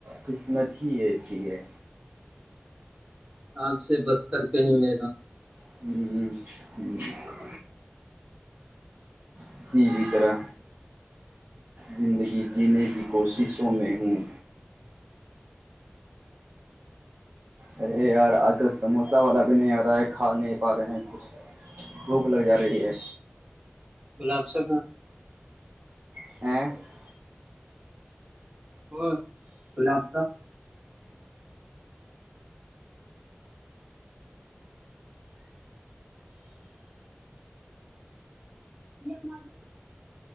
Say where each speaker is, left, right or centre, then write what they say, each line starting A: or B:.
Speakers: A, on the right; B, on the right.
A: قسمت ہی ایسی ہے
B: آپ سے بدتر کہیں میرا
A: ہوں ہوں ہوں کسی بھی طرح زندگی جینے کی کوششوں میں ہوں ارے یار آج کل سموسا والا بھی نہیں آ رہا ہے کھا نہیں پا رہے ہیں کچھ بھوک لگ جا رہی ہے
B: گلاب سبان
A: <unintelligible>
B: ا کلا آپ کا <unintelligible>